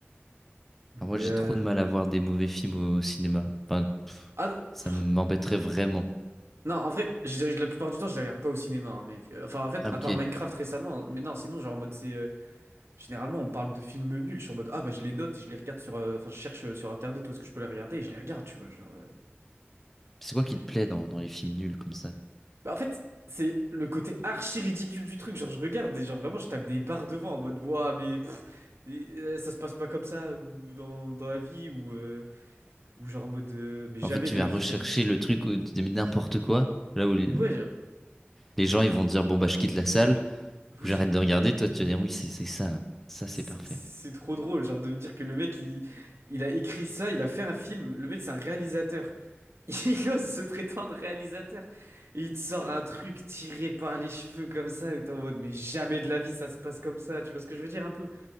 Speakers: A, on the right; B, in the centre.
A: Mais...
B: Alors moi, j'ai
A: euh,
B: trop de mal à voir des mauvais films au cinéma. Enfin, pff,
A: Ah, non,
B: ça
A: pff,
B: m'embêterait vraiment.
A: non, en vrai, je- je- la plupart du temps, je les regarde pas au cinéma. hein, mais... euh, Enfin, en fait,
B: Ah,
A: à
B: ok.
A: part Minecraft récemment, mais non, sinon, genre en mode c'est... euh, Généralement, on parle de films nuls, je suis en mode, ah bah je les note et je les regarde sur... euh, Enfin, je cherche euh, sur Internet où est-ce que je peux les regarder et je les regarde, tu vois, genre... euh,
B: C'est quoi qui
A: mais-
B: te plaît dans, dans les films nuls comme ça?
A: Bah, en fait, c'est le côté archi ridicule du truc, genre je regarde et genre vraiment je tape des barres devant en mode, ouah, mais pff, et, euh, ça se passe pas comme ça ou dans, dans la vie ou, euh, ou genre en mode, euh, mais jamais
B: En fait, tu
A: de
B: vas
A: la vie,
B: rechercher
A: enfin...
B: le truc où tu dis mais n'importe quoi, là où les,
A: Ouais, genre,
B: les gens ils vont dire bon bah je quitte la salle
A: oui,
B: ou j'arrête de regarder, toi tu vas dire oui c'est c'est ça là, ça
A: c'est
B: c'est parfait.
A: c'est trop drôle, genre de me dire que le mec, il, il a écrit ça, il a fait un film, le mec c'est un réalisateur. <laughs> Il ose se prétendre réalisateur. Et il te sort un truc tiré par les cheveux comme ça, et t'es en mode, mais jamais de la vie ça se passe comme ça, tu vois ce que je veux dire un peu?